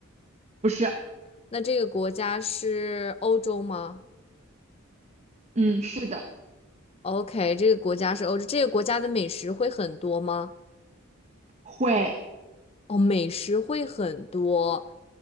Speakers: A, on the right (about 30°); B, on the left (about 30°).
A: 不是，
B: 那这个国家是欧洲吗
A: 嗯，是的，
B: ？OK，这个国家是欧洲，这个国家的美食会很多吗？
A: 会，
B: 哦，美食会很多。